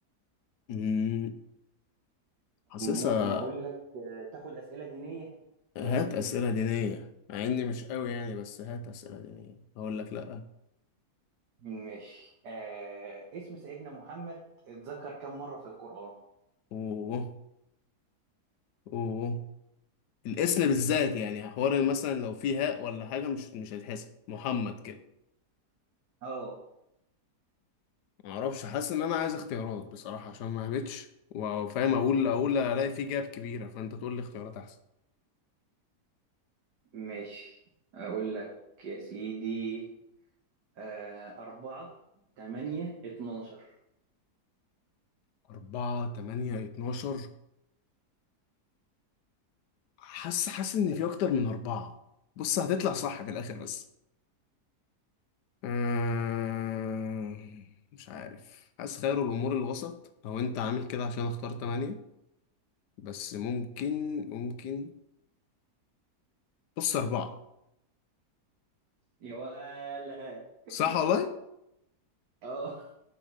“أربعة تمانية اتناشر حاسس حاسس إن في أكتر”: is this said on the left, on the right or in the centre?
Left